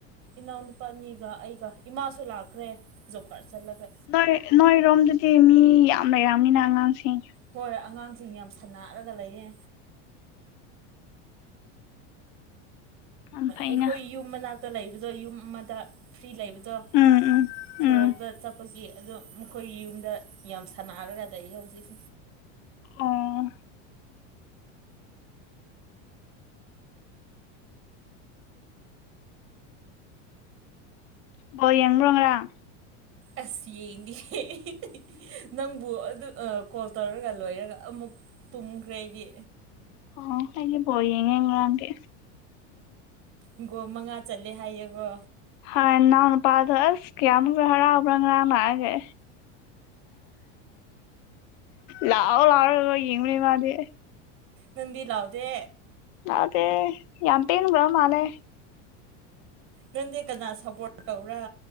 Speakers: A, on the right (about 35°); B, on the left (about 55°).
A: ꯏꯅꯥꯎꯅꯨꯄꯥ ꯑꯅꯤꯒ ꯑꯩꯒ ꯏꯃꯥꯁꯨ ꯂꯥꯛꯈ꯭ꯔꯦ꯫ ꯖꯣꯕ ꯀꯥꯔꯗ ꯆꯠꯂꯒ꯫
B: ꯅꯣꯏ ꯅꯣꯏꯔꯣꯝꯗꯗꯤ ꯃꯤ ꯌꯥꯝ ꯂꯩꯔꯝꯅꯤꯅ ꯑꯉꯥꯡꯁꯤꯡ꯫
A: ꯍꯣꯏ ꯑꯉꯥꯡꯁꯤꯡ ꯌꯥꯝ ꯁꯅꯥꯔꯒ ꯂꯩꯌꯦ꯫
B: ꯌꯥꯝ ꯐꯩꯅ
A: ꯑꯩꯈꯣꯏ ꯌꯨꯝ ꯃꯅꯥꯛꯇ ꯂꯩꯕꯗꯣ ꯌꯨꯝ ꯑꯃꯗ ꯐ꯭ꯔꯤ ꯂꯩꯕꯗꯣ
B: ꯎꯝ ꯎꯝ
A: ꯁꯣꯔꯣꯛꯇ
B: ꯎꯝ
A: ꯆꯠꯄꯒꯤ ꯑꯗꯣ ꯃꯈꯣꯏꯒꯤ ꯌꯨꯝꯗ ꯌꯥꯝ ꯁꯥꯟꯅꯔꯒ ꯂꯩꯌꯦ ꯍꯧꯖꯤꯛ꯫
B: ꯑꯣ꯫ ꯕꯣꯜ ꯌꯦꯡꯕ꯭ꯔꯣ ꯉꯔꯥꯡ꯫
A: ꯑꯁ ꯌꯦꯡꯗꯦ <unintelligible> ꯅꯪꯕꯨ ꯑꯗꯨ ꯑ ꯀꯣꯜ ꯇꯧꯔꯒ ꯂꯣꯏꯔꯒ ꯑꯃꯨꯛ ꯇꯨꯝꯈ꯭ꯔꯦ ꯑꯩꯗꯤ꯫
B: ꯑꯣ ꯑꯩꯗꯤ ꯕꯣꯜ ꯌꯦꯉꯦ ꯉꯔꯥꯡꯗꯤ꯫
A: ꯑ ꯒꯣꯜ ꯃꯉꯥ ꯆꯜꯂꯦ ꯍꯥꯏꯌꯦꯀꯣ꯫
B: ꯍ ꯅꯅꯥꯎꯅꯄꯥꯥꯗꯣ ꯑꯁ ꯀꯌꯥꯃꯨꯛ ꯍꯔꯥꯎꯕꯔ ꯉꯔꯥꯡ ꯂꯥꯛꯑꯒ ꯂꯥꯎ ꯂꯥꯎꯔꯒ ꯌꯦꯡꯕꯅꯦ ꯃꯥꯗꯤ꯫
A: ꯅꯪꯗꯤ ꯂꯥꯎꯗꯦ
B: ꯂꯥꯎꯗꯦ ꯌꯥꯝ ꯄꯦꯟꯈ꯭ꯔ ꯃꯥꯜꯂꯦ
A: ꯅꯪꯗꯤ ꯀꯅꯥ ꯁꯞꯄꯣꯔꯠ ꯇꯧꯕꯔꯥ꯫